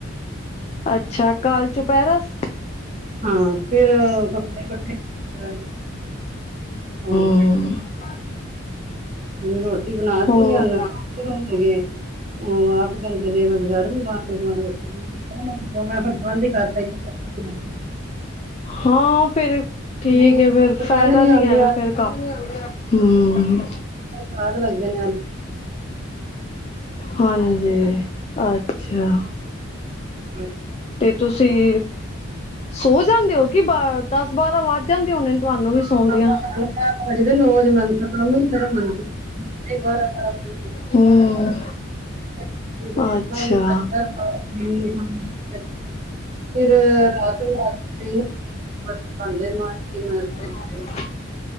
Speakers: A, on the left; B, on the right.
A: ਅੱਛਾ ਕਾਲ ਚੁਪੈਰਸ
B: ਹਾਂ, ਫਿਰ ਕੱਪੜੇ ਇਕੱਠੇ ਕਰਨ ਆਉਣ
A: ਹ
B: ਉਹਨੂੰ ਰੋਟੀ ਬਣਾਤੀ
A: ਹੋ
B: ਉਹਨਗੇ ਹ ਆਪ ਕਹਿੰਦੇ ਨੇ ਮੈਂ ਬਜ਼ਾਰ ਮੰਗਵਾਉਣਾ ਰੋਟੀ, ਫਿਰ ਬੰਦ ਹੀ ਕਰਤਾ ਹਮ
A: ਹਾਂ ਫਿਰ, ਠੀਕ
B: ਜੀ
A: ਹੈ ਫੇਰ,
B: ਪਸੰਦ
A: ਫਾਇਦੇ ਪਤਾ
B: ਨਹੀਂ
A: ਨੀ
B: ਆਉਂਦੀ
A: ਐਨੂੰ
B: ਆ
A: ਫਿਰ ਕ ਹਮ
B: ਸਵਾਦ ਲੱਗਦੇ ਨੇ ਅੱਜ
A: ਹਾਂਜੀ, ਅੱਛਾ
B: ਹਾਂ
A: ਤੇ ਤੁਸੀਂ ਸੋ ਜਾਂਦੇ ਹੋ ਕਿ ਦਸ ਬਾਰਾਂ ਵੱਧ ਜਾਂਦੇ ਉਹੇ ਤੁਹਾਨੂੰ ਵੀ ਸੌਦਿਆਂ
B: <inaudible> <inaudible> ਨੌ ਵਜਦੇ ਜੇ ਮਨ ਤਾਂ ਕੰਮ ਨੀ ਪਨਦਾ ਬਾਰਾਂ ਬਾਰਾਂ ਵਜੇ
A: ਹੂੰ
B: ਗ
A: ਅੱਛਾ
B: <inaudible> ਫਿਰ ਰਾਤ ਨੂੰ ਰਾਤ ਮ ਮੈਂ
A: <inaudible>
B: ਗਈ।